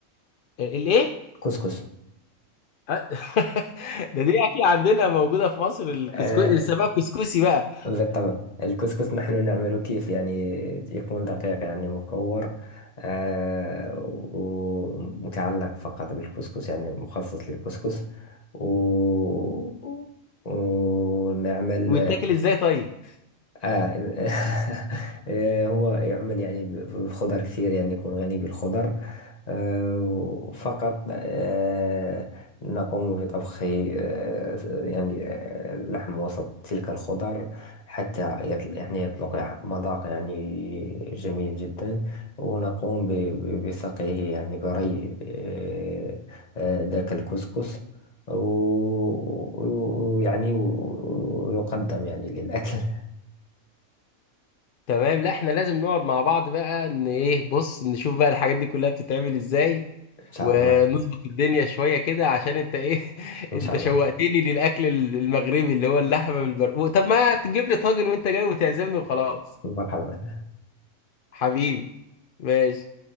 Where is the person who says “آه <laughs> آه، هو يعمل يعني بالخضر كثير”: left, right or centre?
Left